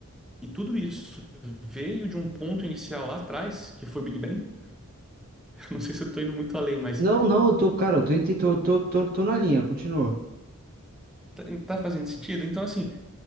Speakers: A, in the centre; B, on the right.
A: e tudo isso veio de um ponto inicial lá atrás, que foi o Big Bang. <laughs> Não sei se eu estou indo muito além, mas
B: Não, não, eu tô, cara, eu tô, ente- tô, tô, tô, tô na linha, continua.
A: tá, tá fazendo sentido? Então, assim.